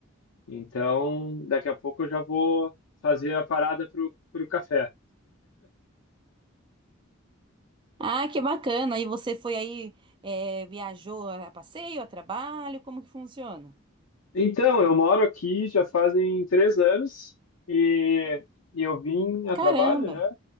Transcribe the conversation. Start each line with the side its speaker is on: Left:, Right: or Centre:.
Left: Então, daqui a pouco eu já vou fazer a parada para o café.
Right: Ah, que bacana. E você foi aí, é, viajou a passeio, a trabalho? Como que funciona?
Left: Então, eu moro aqui já fazem três anos e, e eu vim a
Right: Caramba!
Left: trabalho já.